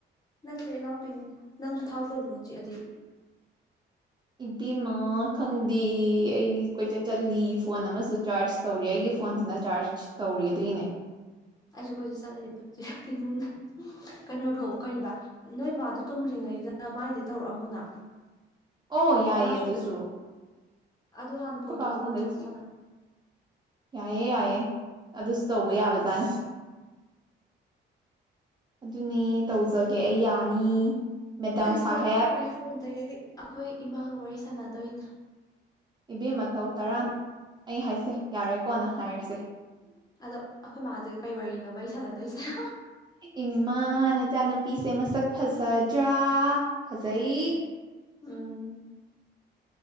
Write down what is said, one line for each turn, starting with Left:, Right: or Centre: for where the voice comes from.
Left: ꯅꯠꯇ꯭ꯔꯦ ꯏꯅꯥꯎꯄꯤ ꯅꯪꯁꯨ ꯊꯥꯎ ꯀꯨꯏꯅꯣ ꯎꯠꯆꯤꯑꯗꯤ
Right: ꯏꯕꯤꯃꯥ ꯈꯪꯗꯦ ꯑꯩ ꯀꯣꯏꯆꯠ ꯆꯠꯂꯤ ꯐꯣꯟ ꯑꯃꯁꯨ ꯆꯥꯔꯖ ꯇꯧꯔꯤ ꯑꯩ ꯐꯣꯟꯗꯨꯅ ꯆꯥꯔꯖ ꯇꯧꯔꯤꯗꯏꯅꯦ
Left: ꯑꯩꯁꯨ ꯀꯣꯏꯁꯨ ꯆꯠꯂꯤꯦ ꯑꯗꯨꯨꯝꯁꯦ ꯏꯃꯨꯡꯗ ꯀꯩꯅꯣꯗꯣ ꯀꯕꯥ ꯅꯣꯏ ꯄ ꯇꯨꯝꯗ꯭ꯔꯤꯉꯩꯗ ꯃꯥꯏꯗꯩ ꯇꯧꯔꯛꯑꯝꯃꯨꯅ
Right: ꯑꯣ ꯌꯥꯏꯌꯦ
Left: ꯃꯉꯥ
Right: ꯑꯗꯨꯁꯨ
Left: ꯁꯨꯗ꯭ꯔꯁꯨ ꯑꯗꯨ ꯍꯥꯟꯅ ꯐꯣꯟꯗꯣ
Right: ꯄꯥꯥ
Left: ꯂꯧꯔꯣ
Right: ꯐꯗꯁꯤ
Left: ꯁꯥꯟꯅ ꯁꯥꯟꯅꯅ
Right: ꯌꯥꯑꯦ ꯌꯥꯑꯦ ꯑꯗꯨꯁꯨ ꯇꯧꯕ ꯌꯥꯕꯖꯥꯠꯅꯤ ꯑꯗꯨꯅꯦ ꯇꯧꯖꯒꯦ ꯑꯩ ꯌꯥꯅꯤ ꯃꯦꯗꯥꯝ
Left: ꯑꯩꯁꯨꯄ
Right: ꯁꯥꯍꯦꯕ
Left: ꯐꯣꯟꯗꯒꯤꯗꯤ ꯑꯩꯈꯣꯏ ꯏꯃꯥꯒ ꯋꯥꯔꯤ ꯁꯥꯟꯅꯗꯣꯏꯅꯦ
Right: ꯏꯕꯦꯝ ꯃꯇꯧ ꯇꯔꯥ ꯑꯩ ꯍꯥꯏꯁꯦ ꯌꯥꯔꯦꯀꯣꯅ ꯍꯥꯏꯔꯁꯦ
Left: ꯑꯗꯣ ꯑꯩꯈꯣꯏ ꯃꯥꯃꯁꯒ ꯀꯩ ꯋꯥꯔꯤꯅꯣꯕ ꯑꯩ ꯁꯥꯟꯅꯗꯣꯏꯁꯦ
Right: ꯏꯃꯥ ꯅꯆꯥꯅꯨꯄꯤꯁꯦ ꯃꯁꯛ ꯐꯖꯗ꯭ꯔꯥ ꯐꯖꯩ
Left: ꯎꯝ